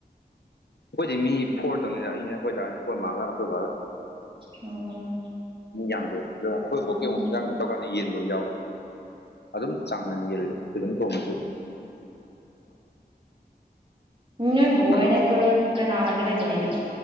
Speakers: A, on the left (about 80°); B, on the right (about 30°).
A: ꯈꯣꯏꯗꯤ ꯃꯤ ꯐꯣꯔꯗꯪꯅꯤꯗ ꯑꯩꯅꯦ ꯈꯣꯏꯗꯥꯅꯦ ꯈꯣꯏ ꯃꯥꯒ ꯈꯣꯏ ꯕꯥꯒ꯫
B: ꯑꯣ꯫
A: ꯃꯤ ꯌꯥꯝꯗꯦꯕ ꯗꯣ ꯈꯣꯏꯕꯣꯛꯀꯤ
B: ꯎꯝ
A: ꯑꯃꯨꯛ ꯍꯤꯟꯖꯥꯡꯗ__ ꯇꯧꯀꯥꯟꯗ ꯌꯦꯟꯕ ꯌꯥꯎꯋꯦ ꯑꯗꯨꯝ ꯆꯥꯡꯅꯥꯏꯅ ꯌꯦꯜꯂꯒ ꯑꯗꯨꯝ ꯇꯣꯡꯉꯁꯨ꯫
B: ꯎꯝ ꯅꯣꯏ ꯕꯣꯕꯣꯑꯣꯏꯅ
A: ꯉꯥꯅꯨ ꯑꯩꯈꯣꯏ
B: ꯀꯔꯣꯟ ꯀꯅꯥꯑꯣꯏꯒ ꯂꯩꯃꯤꯟꯅꯩꯅꯣ꯫